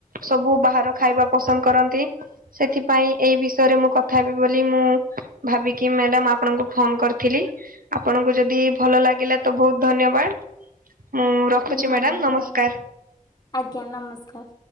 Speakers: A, on the right; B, on the left.
A: ସବୁ ବାହାର ଖାଇବା ପସନ୍ଦ କରନ୍ତି। ସେଥିପାଇଁ ଏଇ ବିଷୟରେ ମୁଁ କଥା ହେବି ବୋଲି ମୁଁ ଭାବିକି ମ୍ୟାଡାମ ଆପଣଙ୍କୁ ଫୋନ କରିଥିଲି। ଆପଣଙକୁ ଯଦି ଭଲ ଲାଗିଲା ତ ବହୁତ ଧନ୍ୟବାଦ। ମୁଁ ରଖୁଛି
B: ଧନ୍ୟବାଦ
A: ମ୍ୟାଡାମ ନମସ୍କାର।
B: ଆଜ୍ଞା ନମସ୍କାର।